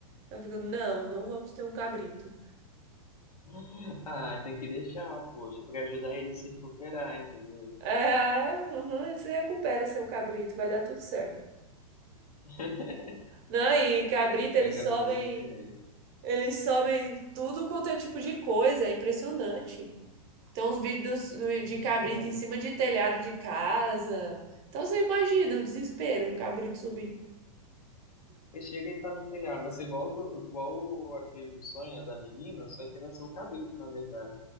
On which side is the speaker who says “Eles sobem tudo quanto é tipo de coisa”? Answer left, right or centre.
Right